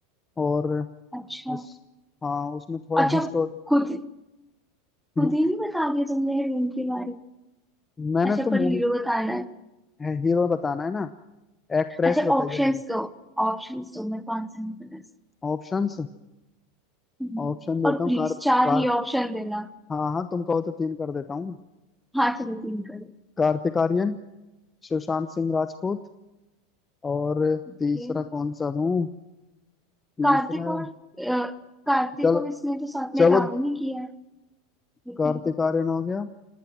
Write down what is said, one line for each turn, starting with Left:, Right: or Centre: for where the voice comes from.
Left: और
Centre: अच्छा
Left: उस हाँ उसमें थोड़ा
Centre: अच्छा
Left: हिस्टोर
Centre: खुद
Left: <laughs>
Centre: खुद ही नहीं बता दिया तुमने हीरोइन के बारे में
Left: मैंने
Centre: अच्छा
Left: तो
Centre: पर
Left: मूवी
Centre: हीरो बताना है
Left: है हीरो बताना है ना एक्ट्रेस
Centre: अच्छा
Left: बताइए
Centre: ऑप्शंस
Left: मैंने
Centre: दो ऑप्शंस दो मेरे को आंसर नहीं पता इसका।
Left: ऑप्शंस
Centre: हम्म।
Left: ऑप्शन देता
Centre: और प्लीज
Left: हूँ कार
Centre: चार
Left: कार
Centre: ही ऑप्शन देना
Left: हाँ हाँ तुम कहो तो तीन कर देता हूँ
Centre: हाँ चलो तीन करो
Left: कार्तिक आर्यन सुशांत सिंह राजपूत और
Centre: ओके
Left: तीसरा कौन सा दूं तीसरा
Centre: कार्तिक और अ, कार्तिक
Left: चल
Centre: और इसने तो साथ में
Left: चलो
Centre: काम ही नहीं किया है लेकिन
Left: कार्तिक आर्यन हो गया